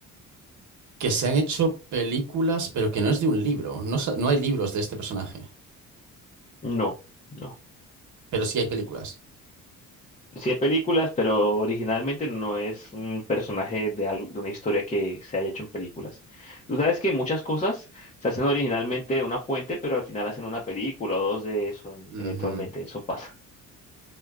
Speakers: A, on the right; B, on the left.
A: que se han hecho películas, pero que no es de un libro. No, sa- no hay libros de este personaje,
B: No, no.
A: pero sí hay películas.
B: Sí hay películas, pero originalmente no es un personaje de algo, de una historia que se haya hecho en películas. Tú sabes que muchas cosas se hacen originalmente de una fuente, pero al final hacen una película o dos de eso,
A: Ujú.
B: eventualmente eso pasa.